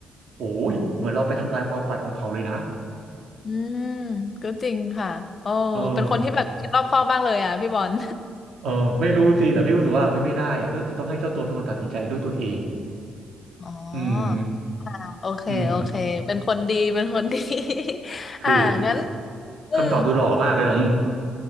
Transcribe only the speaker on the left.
อืมก็จริงค่ะโอ้เป็นคนที่แบบคิดรอบคอบมากเลยอ่ะพี่บอล
<laughs> อ๋อ
อ่าโอเค
โอเค เป็นคนดี เป็นคนดี <laughs>
อ่างั้น อืม